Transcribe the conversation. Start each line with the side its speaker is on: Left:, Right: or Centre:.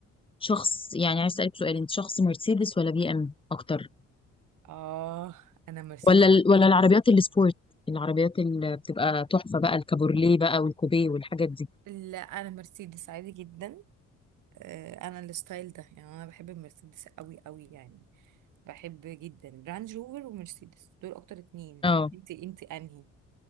Left: شخص يعني عايز اسالك سؤال انت شخص مرسيدس ولا بي ام اكتر
Right: اه انا مرسيدس
Left: ولا ال... ولا العربيات السبورت العربيات اللي بتبقى تحفة بقى الكابورليه بقى والكوبيه والحاجات دي
Right: لا انا مرسيدس عادي جدا آه، انا الستايل ده يعني انا بحب المرسيدس قوي قوي يعني بحب جدا رانج روفر ومرسيدس دول اكتر اتنين
Left: اه
Right: انت انت انهي